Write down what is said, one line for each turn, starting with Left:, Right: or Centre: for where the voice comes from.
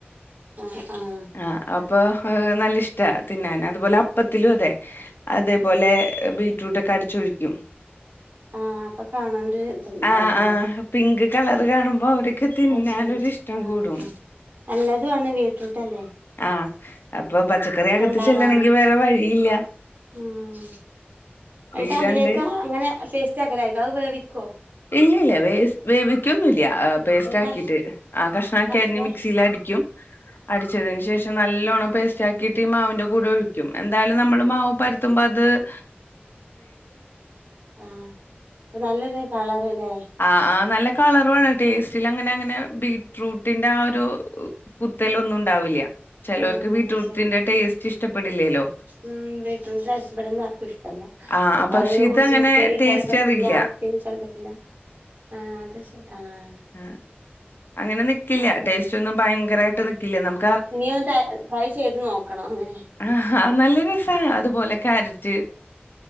Right: ആഹ് ആഹ്
Left: ആഹ് അപ്പോ നല്ല ഇഷ്ട തിന്നാന് അതുപോലെ അപ്പത്തിലും അതെ അതേപോലെ ബീറ്റ്റൂട്ടൊക്കെ അടിച്ചൊഴിക്കും.
Right: ആ അപ്പൊ കാണാനൊരു ഇത്ണ്ടാവൂലേ
Left: ആഹ് ആഹ് പിങ്ക് കളർ കാണുമ്പോ അവർക്ക് തിന്നാനൊരു
Right: അത് ശരി
Left: ഇഷ് ഷ്ടം
Right: ആ
Left: കൂടും
Right: നല്ലതു ആണ് ബീറ്റ്റൂട്ടല്ലേ
Left: ആഹ് അപ്പൊ പച്ചക്കറി അകത്ത്
Right: ഉണ്ടാവാനും
Left: ചെല്ലെണെങ്കി വേറെ വഴിയില്ലാ
Right: ഉം എന്നിട്ട്
Left: ഈ
Right: അതിലേക്ക്
Left: രണ്ട്
Right: അങ്ങനെ പേസ്റ്റ് ആക്കലായിക്കും അത് വേവിക്കോ?
Left: ഇല്ല ഇല്ലാ വേസ് വേവിക്കൊന്നുല്ലാ ആസ് പേസ്റ്റാക്കിയിട്ട്
Right: ഒരു കഷ്
Left: ആഹ് കഷ്ണാക്കി
Right: കഷ്ണം
Left: അരിഞ്ഞ് മിക്സിയിലടിക്കും അടിച്ചതിന് ശേഷം നല്ലോണ്ണം പേസ്റ്റാക്കിയിട്ട് ഈ മാവിൻ്റെ കൂടെ ഒഴിക്കും എന്തായാലും നമ്മൾ മാവ് പരുത്തുമ്പോ അത് അ
Right: ആഹ് ആഹ് ഇപ്പൊ നല്ലൊരു കളറ്ല്ലേ?
Left: ആഹ് ആഹ് നല്ല കളറുവാണ് ടേസ്റ്റിൽ അങ്ങനെ അങ്ങനെ ബീറ്റ്റൂട്ടിന്റെ ആ ഒരു കുത്തലൊന്നും ഇണ്ടാവില്ലാ ചെലോർക്ക്
Right: ആ
Left: ബീട്റൂട്ടിന്റെ
Right: ശരി
Left: ടേസ്റ്റ് ഇഷ്ട്ടപ്പെടില്ലല്ലോ?
Right: ഉം ബീറ്റ്റൂട്ടിൻ്റെ ടേസ്റ്റ് ഇബെടൊന്നും ആർക്കും ഇഷ്ട്ടല്ലാ
Left: ആ, ആ, പക്ഷെ
Right: അത്
Left: ഇതങ്ങനെ
Right: സുർക്കേലിട്ടാലും
Left: ടേസ്റ്റ്
Right: പറ്റില്ലാ
Left: അറിയില്ല.
Right: ഉപ്പേരിയെച്ചാലും പറ്റില്ലാ. ആഹ് അതാ ശെ ആഹ്
Left: ആഹ് അങ്ങനെ നിക്കില്ലാ
Right: അത്
Left: ടേസ്റ്റൊന്നും ഭയങ്കരായിട്ട്
Right: ആഹ്
Left: നിക്കില്ലാ നമക്
Right: ഇനി ഒന്ന് ടൈ ട്രൈ ചെയ്ത് നോക്കണം അങ്ങനെ
Left: ആഹ് നല്ല രസാ, അതുപോലെ ക്യാരറ്റ്